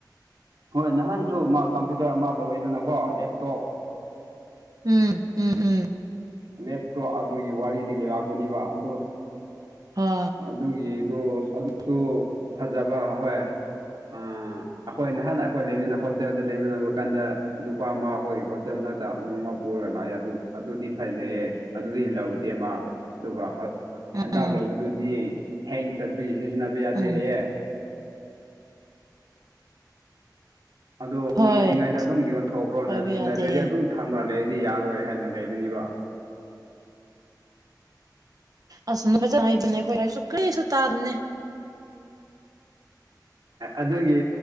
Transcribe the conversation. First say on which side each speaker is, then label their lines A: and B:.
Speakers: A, on the right; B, on the right.
A: ꯍꯣꯏ ꯅꯍꯥꯟꯁꯨ ꯃꯥ ꯀꯝꯄ꯭ꯌꯨꯇꯔ ꯑꯃ ꯂꯧꯋꯦꯗꯅꯀꯣ ꯂꯦꯞꯇꯣꯞ
B: ꯎꯝ ꯎꯝ ꯎꯝ
A: ꯂꯦꯞꯇꯣꯞ ꯑꯗꯨꯒꯤ ꯋꯥꯔꯤꯗꯒꯤ ꯂꯥꯛꯄꯅꯤꯕ ꯑꯗꯨ
B: ꯍ
A: ꯑꯗꯨꯒꯤꯗꯨꯣ ꯑꯗꯨꯁꯨ ꯐꯖꯕ ꯍꯣꯏ ꯑꯩꯈꯣꯏ ꯅꯍꯥꯟ ꯑꯩꯈꯣꯏ ꯂꯩꯃꯤꯟꯅ ꯍꯣꯁꯇꯦꯜꯗ ꯂꯩꯃꯤꯟꯅꯕ ꯀꯥꯟꯗ ꯅꯨꯄꯥ ꯑꯃ ꯑꯩꯈꯣꯏꯒꯤ ꯍꯣꯁꯇꯦꯜ ꯉꯛꯇ ꯅꯣꯡꯃ ꯄꯨꯔꯒ ꯂꯥꯛꯑꯦ ꯑꯗꯨ ꯑꯗꯨꯗꯤ ꯐꯖꯩꯌꯦ ꯑꯗꯨꯗꯤ ꯂꯧꯗꯦ ꯃꯥ ꯑꯗꯨꯒ ꯍꯟꯗꯛ
B: ꯎꯝ
A: ꯂꯧꯕꯗꯨꯗꯤ ꯍꯦꯡ ꯆꯠꯄꯒꯤ ꯁꯤꯖꯤꯟꯅꯕ ꯌꯥꯗꯦ
B: ꯎꯝ
A: ꯍꯌꯦꯡ ꯑꯗꯨꯣ
B: ꯍꯣꯏ
A: ꯀꯨꯏꯗ꯭ꯔꯤꯉꯩꯗ ꯑꯗꯨꯝ ꯌꯣꯟꯊꯣꯛꯈ꯭ꯔꯣ
B: ꯄꯥꯏꯕ
A: ꯅꯠꯇ꯭ꯔꯗꯤ
B: ꯌꯥꯗꯦ
A: ꯑꯗꯨꯝ ꯊꯝꯅ ꯂꯩꯔꯗꯤ ꯌꯥꯔꯣꯏ ꯍꯥꯏꯅ ꯂꯩꯕꯅꯤꯕ
B: ꯑꯁ ꯅ ꯐꯖꯅ ꯍꯥꯏꯩꯕꯅꯦ ꯑꯩꯈꯣꯏ ꯍꯥꯏꯁꯨ ꯀꯩꯁꯨ ꯇꯥꯕꯅꯦ
A: ꯑꯗꯨꯒꯤ